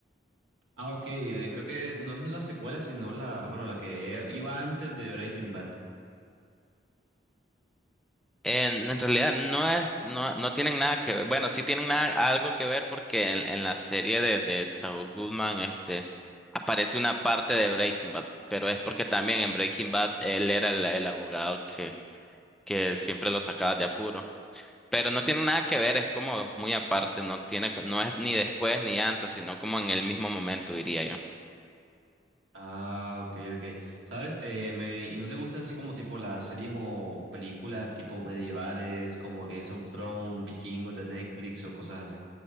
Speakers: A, on the right; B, in the centre.
A: Ah, ok, de- creo que no es la secuela, sino la, bueno, la que iba antes de Breaking Bad.
B: En, en realidad no es, no, no tienen nada que ver. Bueno, sí tienen nada, algo que ver porque en, en la serie de, de Saul Goodman este, aparece una parte de Breaking Bad, pero es porque también en Breaking Bad él era el, el abogado que, que siempre lo sacaba de apuro. Pero no tiene nada que ver, es como muy aparte, no tiene, no es ni después ni antes, sino como en el mismo momento, diría yo.
A: Ah, ok, ok. ¿Sabes? Eh, me, ¿y no te gustan así como tipo las series o películas tipo medievales, como Game of Thrones, Vikingos de Netflix o cosas así?